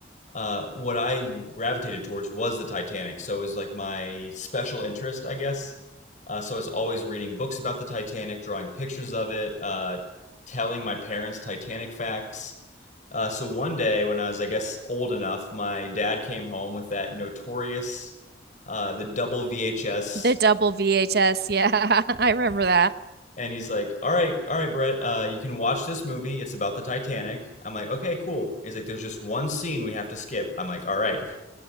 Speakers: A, on the left; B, on the right.
A: uh, what I gravitated towards was the Titanic. So it was like my special interest, I guess. Uh, so I was always reading books about the Titanic, drawing pictures of it, uh, telling my parents Titanic facts. Uh, so one day, when I was, I guess, old enough, my dad came home with that notorious, uh, the double VHS,
B: The double VHS. Yeah, <laughs> I remember that.
A: and he's like, "All right, all right, Brett, uh, you can watch this movie. It's about the Titanic." I'm like, "Okay, cool." He's like, "There's just one scene we have to skip." I'm like, "All right."